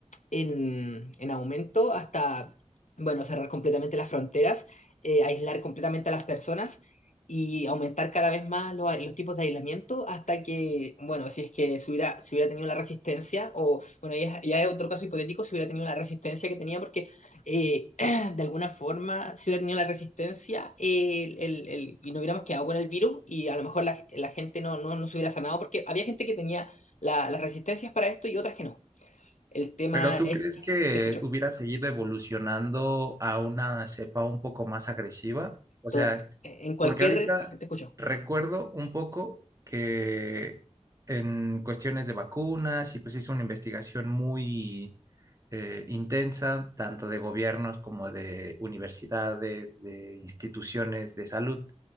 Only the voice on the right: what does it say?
Pero ¿tú
crees
que
hubiera seguido evolucionando a una cepa un poco más agresiva? O
sea...
Porque ahorita
recuerdo un poco que en cuestiones de vacunas y pues hizo una investigación muy eh, intensa, tanto de gobiernos como de universidades, de instituciones de salud.